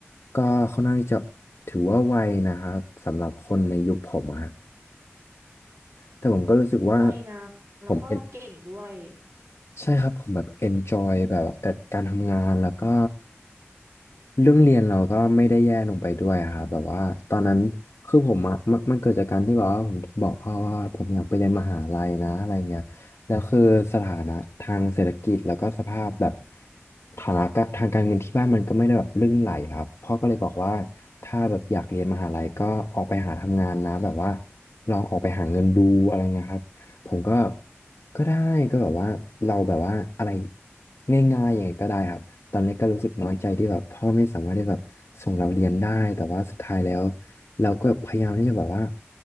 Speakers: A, on the left (about 75°); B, on the right (about 70°).
A: ก็ค่อนข้างที่จะถือว่าไวนะครับสำหรับคนในยุคผมอะฮะแต่ผมก็รู้สึกว่า
B: ไวนะแล้วก็เก่งด้วย
A: ผมเป็น ใช่ครับผมแบบ enjoy แบบกับการทำงานแล้วก็เรื่องเรียนเราก็ไม่ได้แย่ลงไปด้วยอะครับแบบว่าตอนนั้นคือผมอะมันมันเกิดจากการที่แบบว่าผมบอกพ่อว่าผมอยากไปเรียนมหาลัยนะอะไรเงี้ยแล้วคือสถานะทางเศรษฐกิจแล้วก็สภาพแบบฐานะกะทางการเงินที่บ้านมันก็ไม่ได้แบบลื่นไหลครับพ่อก็เลยบอกว่าถ้าแบบอยากเรียนมหาลัยก็ออกไปหาทำงานนะแบบว่าลองออกไปหาเงินดูอะไรเงี้ยครับ ผมก็ก็ได้ก็แบบว่าเราแบบว่าอะไรง่ายๆยังไงก็ได้ครับตอนแรกก็รู้สึกน้อยใจที่แบบพ่อไม่สามารถได้แบบส่งเราเรียนได้แต่ว่าสุดท้ายแล้วเราก็พยายามที่จะแบบว่า